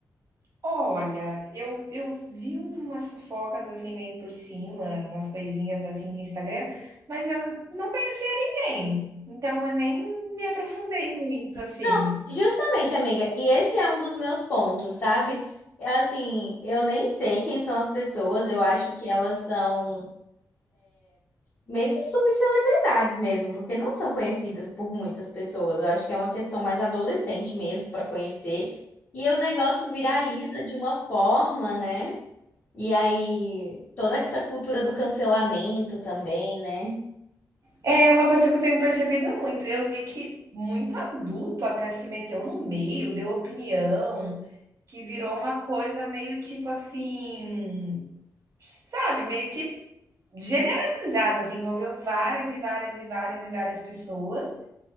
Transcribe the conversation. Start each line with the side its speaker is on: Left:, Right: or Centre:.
Right: Olha, eu, eu vi umas fofocas assim meio por cima, umas coisinhas assim de Instagram, mas eu não conhecia ninguém, então eu nem me aprofundei muito assim.
Left: Não, justamente, amiga, e esse é um dos meus pontos, sabe? É Assim, eu nem sei quem são as pessoas, eu acho que elas são. meio que subcelebridades mesmo, porque não são conhecidas por muitas pessoas. Eu acho que é uma questão mais adolescente mesmo para conhecer. E o negócio viraliza de uma forma, né? E aí toda essa cultura do cancelamento também, né?
Right: É uma coisa que eu tenho percebido muito. Eu vi que muito adulto até se meteu no meio, deu opinião, que virou uma coisa meio tipo assim. sabe, meio que generalizado, assim, envolveu várias e várias e várias e várias pessoas